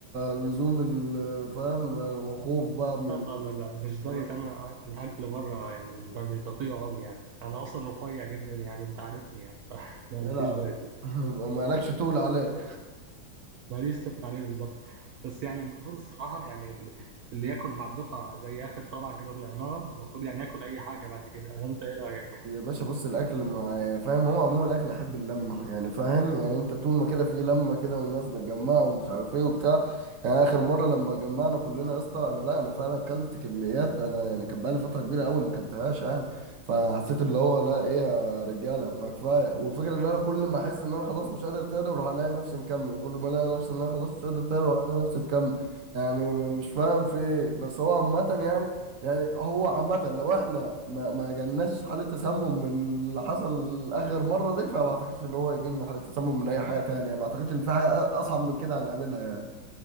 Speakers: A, on the right; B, on the right.
A: لزوم ال- فاهم الخوف بقى
B: لا
A: من
B: لا لا لا مش
A: الكلام
B: دايت انا ع- الاكل بره يعني مش ب- مش بطيء قوي يعني انا اصلا رفيع جدا يعني انت عارفني يعني <laughs> فده
A: العب
B: مفيش دايت
A: <laughs> مالكش تقول عليه
B: ماليش تقول عليه بالظبط بس يعني المفروض الصراحه يعني ال- اللي ياكل مع الدفعه زي اخر طلعه كده طلعناها المفروض يعني ياكل اي حاجه بعد كده ولا انت ايه رايك؟
A: يا باشا بص الاكل مع يعني فاهم هو عموما الاكل يحب اللمه يعني فاهم يعني انت طول ما كده في لمه كده والناس متجمعه ومش عارف ايه وبتاع يعني اخر مره لما اتجمعنا كلنا يا اسطى انا لا انا فعلا اكلت كميات انا يعني كان بقالي فتره كبيره قوي ما اكلتهاش يعني فحسيت اللي هو لا ايه يا رجاله ما كفايه والفكره ان انا كل ما احس ان انا خلاص مش قادر تاني اروح الاقي نفسي مكمل كل ما الاقي نفسي ان انا خلاص مش قادر تاني اروح الاقي نفسي مكمل يعني م- م- مش فاهم في إيه. بس هو عامه يعني يعني هو عامة لو احنا ما ما جالناش حالة تسمم من اللي حصل آخر مرة دي فما اعتقدش ان هو يجي لنا حالة تسمم من أي حاجة تانية يعني ما اعتقدش ان في حاجة أ- أصعب من كده هنقابلها يعني